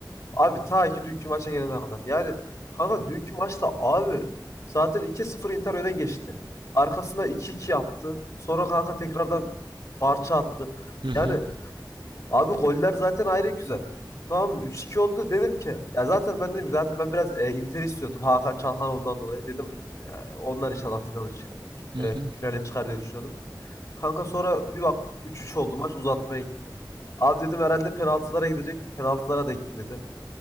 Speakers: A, on the left (about 45°); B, on the right (about 85°).
A: Abi ta ki dünkü maça gelene kadar. Yani kanka dünkü maçta abi zaten 2-0 Inter öne geçti. Arkasına 2-2 yaptı. Sonra kanka tekrardan parça attı.
B: Hı hı.
A: Yani abi goller zaten ayrı güzel. Tamam mı? 3-2 oldu dedim ki ya zaten ben dedim zaten ben biraz e, Inter istiyordum Hakan Çalhanoğlu'ndan dolayı dedim ya onlar inşallah finale çıkar.
B: Hı
A: E,
B: hı.
A: finale çıkar diye düşünüyordum. Kanka sonra bir baktık üç üç oldu maç uzatmaya gitti. Abi dedim herhalde penaltılara gidecek. Penaltılara da gitmedi.